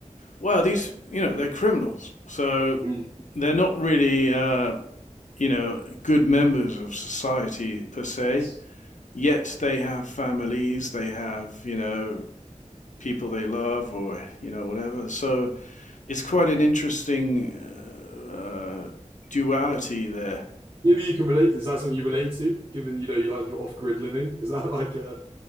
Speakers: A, on the left; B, on the right.
A: well, these you know they're criminals, so
B: Mm,
A: they're not really uh, you know good members of society per se.
B: yes.
A: Yet they have families, they have you know people they love or you know whatever so it's quite an interesting uh, duality there
B: Maybe you can relate. Is that something you relate to, given, you know, you like your off-grid living? Is that like, uh,